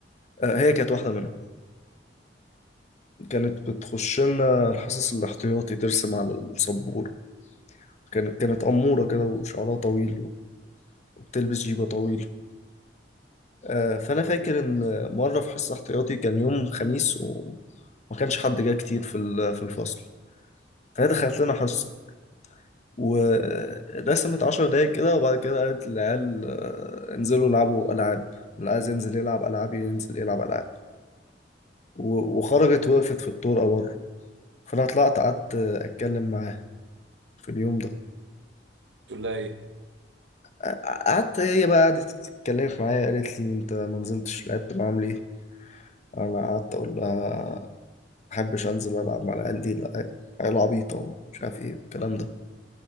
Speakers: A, on the left; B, on the right.
A: آه، هي كانت واحدة منهم كانت بتخش لنا الحصص الاحتياطي ترسم على السبورة كانت كانت أمورة كده وشعرها طويل وبتلبس جيبة طويلة آه، فأنا فاكر إن مرة في حصة احتياطي كان يوم خميس وما كانش حد جاي كتير في ال- في الفصل فهي دخلت لنا حصة ورسمت عشر دقايق كده وبعد كده قالت للعيال آه، انزلوا العبوا ألعاب اللي عايز ينزل يلعب ألعاب ينزل يلعب ألعاب و- وخرجت وقفت في الطرقة بره فأنا طلعت قعدت آه، أتكلم معاها في اليوم ده
B: تقول لها ايه؟
A: فقعدت هي بقى قعدت اتكلمت معايا قالت لي انت ما نزلتش لعبت معاهم ليه انا قعدت اقول لها ما بحبش انزل العب مع العيال دي لا، عيال عبيطه ومش عارف ايه الكلام ده